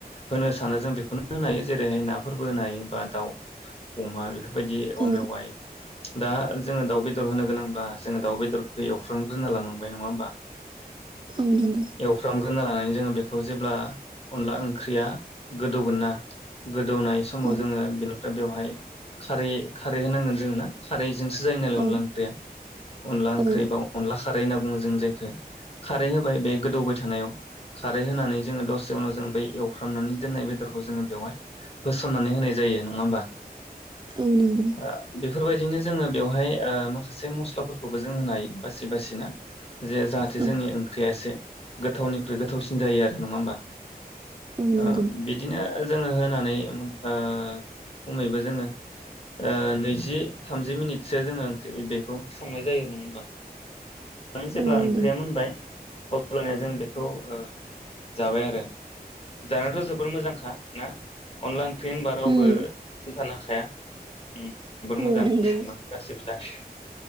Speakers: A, on the left; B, on the right.
A: होनो सानो जों बेखौनो होनो हायो जेरैहाय नाफोरबो होनो हायो। बा दाउ अमा बेफो बाइदि औवा
B: औ
A: मेवाइ दा जोंङो दाउ बेदर होनो गोनांब्ला जोंङो दाउ बेदरखौ एवफ्रामग्रोना लानांबाय नङा होमबा?
B: औ नंगौ
A: एवफ्रामगोना लाना जों बेखौ जेब्ला अनला ओंख्रिआ गोदौगोनना गोदौनाय समाव
B: औ
A: जोंङो बिनिफ्राय बेवहाय खारै खारै होनांगोन जोंङो ना खारै जोंसो जायो नालाय
B: औ
A: अनला ओंख्रैआ अनला ओंख्रै
B: औ
A: बा अनला खा रै होनना बुङो जों जायखो खारै होबाय बे गोदौबाय थानायाव खारै होनानै जोङो दसे उनाव जों बै एवफ्रामनानै दोननाय बेदरखौ जोंङो बेवहाय होसननानै होनाय ज जायो नङा होमबा?
B: ओ नोंगौ ।
A: ओ बेफोरबायदिनो जोंङो बेवहाय ओ माखासे मस्लाफोरखौबो जों होनो हायो बासि बासिना जे जाहाथे
B: औ
A: जोंनि ओंख्रिया एसे गोथावनिख्रुइ गोथावसिन जायो आरो नङा होमबा?
B: नंगौ
A: ओ बिदिनो ओ जोंङो होनानै ओ खमैबो जोंङो ओ नैजि थामजि मिनिटसो जोंङो ओंख्रि बेखौ संनाय जायो नङा होमबा? जेब्ला
B: औ नंगौ
A: ओंख्रिया मोनबाय अब्लाना जों बेखौ ओ जाबाय आरो जानायाथ जोबर मोजांखा ना अनला ओंख्रै होनबा आरो बो
B: उम
A: थानो हा हाया उम्म जोबोर मोजां
B: औ नंगौ
A: मोनो गासैबो जानो